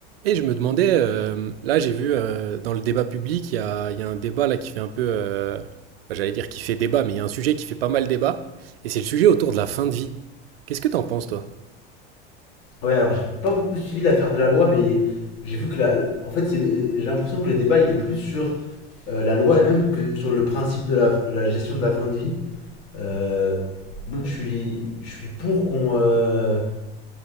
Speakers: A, on the right; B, on the left.
A: Et je me demandais, euh, là j'ai vu euh, dans le débat public, il y a, il y a un débat là qui fait un peu, euh, bah, j'allais dire qui fait débat, mais il y a un sujet qui fait pas mal débat, et c'est le sujet autour de la fin de vie. Qu'est-ce que t'en penses toi?
B: Ouais, alors j'ai pas beaucoup suivi l'affaire de la loi, mais j'ai vu que la... en fait, c'est- j'ai l'impression que le débat il est plus sur euh, la loi elle-même que sur le principe de la, la gestion de la fin de vie. Euh, moi, je suis, je suis pour qu'on, euh,